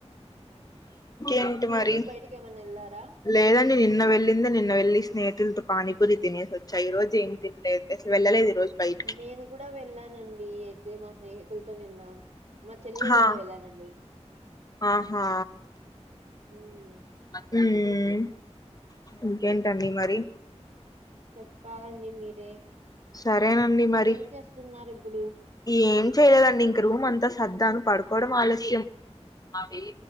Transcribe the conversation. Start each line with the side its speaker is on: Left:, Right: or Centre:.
Left: ఏంటి
Right: మీరు
Left: మరి
Right: బయటికేమన్నా ఎళ్లారా?
Left: లేదండి నిన్న వెళ్ళిందే నిన్న వెళ్ళి స్నేహితులతో పానీపూరి తినేసి వచ్చా ఈ రోజు ఏ తినలేదు అసలు వెళ్ళలేదు ఈ రోజు బయటికి
Right: నేను కూడా వెళ్ళానండి అదే మా స్నేహితులతో నిన్నా మా చెల్లెళ్లతో
Left: హా
Right: వెళ్ళానండి
Left: ఆహా
Right: హ్మ్.
Left: హ్మ్ ఇంకేంటండి మరి
Right: చెప్పాలండి మీరే
Left: సరేనండి మరి
Right: ఏం చేస్తున్నారు ఇప్పుడు
Left: ఏం చేయలేదండి ఇంక రూమ్ అంతా సర్దాను పడుకోవడం ఆలస్యం అవి